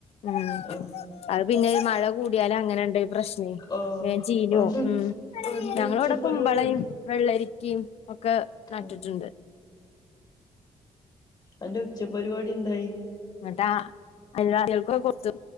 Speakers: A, on the left; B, on the left.
A: ഉം
B: ആഹ്
A: അത് പിന്നെ മഴ കൂടിയാലും അങ്ങനെണ്ടെ പ്രശ്നം
B: ആഹ്
A: വേം ചിഞ്ഞോവും.
B: അന്റെ
A: ഉം
B: അന്റെ
A: ഞങ്ങള്
B: ഉച്ചപരിപാടി
A: വടെ കുമ്പളയും വെള്ളരിക്കിം ഒക്കെ നട്ടിട്ടുണ്ട്
B: ഉം അന്റെ ഉച്ചപരിപാടി എന്തായി
A: എന്നങ്ങട്ട എല്ലാകൾക്കൊക്കെ കൊടുത്തു